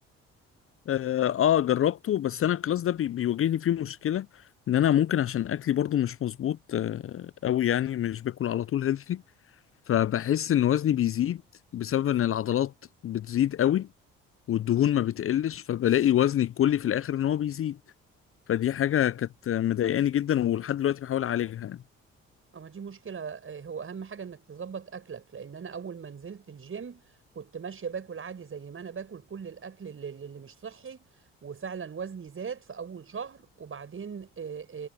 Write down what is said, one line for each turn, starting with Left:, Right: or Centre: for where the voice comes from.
Left: اه آه، جربته بس انا الكلاس ده بي... بيواجهني فيه مشكله ان انا ممكن عشان اكلي برضو مش مظبوط آه، قوي يعني مش باكل على طول healthy فبحس ان وزني بيزيد بسبب ان العضلات بتزيد قوي والدهون ما بتقلش فبلاقي وزني الكلي في الاخر ان هو بيزيد فدي حاجة كانت مضايقاني جدا ولحد دلوقتي بحاول اعالجها يعني
Right: اه ما دي مشكلة آه، هو أهم حاجة إنك تظبط أكلك لأن أنا أول ما نزلت الجيم كنت ماشية باكل عادي زي ما أنا باكل كل الأكل اللي, اللي مش صحي وفعلا وزني زاد في أول شهر وبعدين آه،